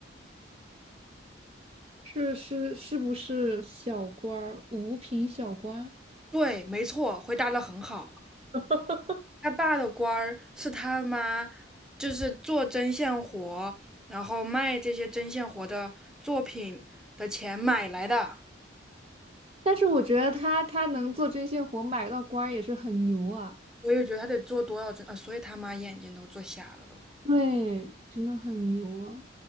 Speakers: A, on the right; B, in the centre.
A: 是是是不是小官儿，五品小官？
B: 对，没错，回答的很好。
A: <laughs>
B: 他爸的官儿是他妈，就是做针线活，然后卖这些针线活的作品的钱买来的。
A: 但是我觉得他他能做针线活买到官儿也是很牛啊，
B: 我也觉得他得做多少针啊，所以他妈眼睛都做瞎了的嘛。
A: 对，真的很牛啊。